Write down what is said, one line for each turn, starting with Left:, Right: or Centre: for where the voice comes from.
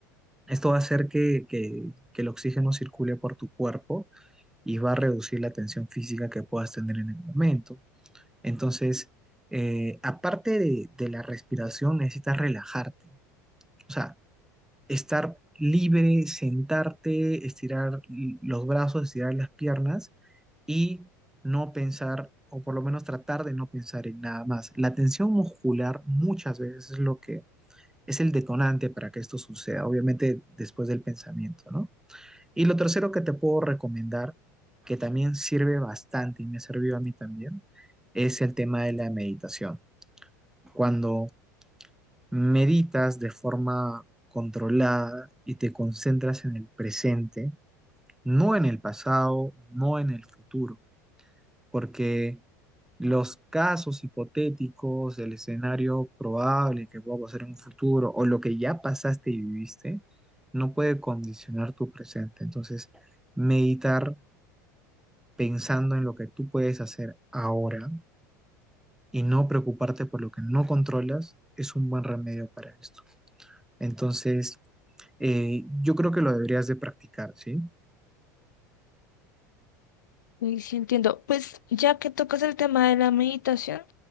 Centre: Esto va a hacer que, que- que el oxígeno circule por tu cuerpo y va a reducir la tensión física que puedas tener en el momento. Entonces, eh, aparte de, de la respiración, necesitas relajarte. O sea, estar libre, sentarte, estirar l- los brazos, estirar las piernas y no pensar, o por lo menos tratar de no pensar en nada más. La tensión muscular muchas veces es lo que es el detonante para que esto suceda, obviamente después del pensamiento, ¿no? Y lo tercero que te puedo recomendar, que también sirve bastante y me ha servido a mí también, es el tema de la meditación. Cuando meditas de forma controlada y te concentras en el presente, no en el pasado, no en el futuro, porque los casos hipotéticos, el escenario probable que pueda pasar en un futuro o lo que ya pasaste y viviste, no puede condicionar tu presente. Entonces, meditar pensando en lo que tú puedes hacer ahora y no preocuparte por lo que no controlas es un buen remedio para esto. Entonces, eh, yo creo que lo deberías de practicar, ¿sí?
Left: Sí, sí, entiendo. Pues ya que tocas el tema de la meditación,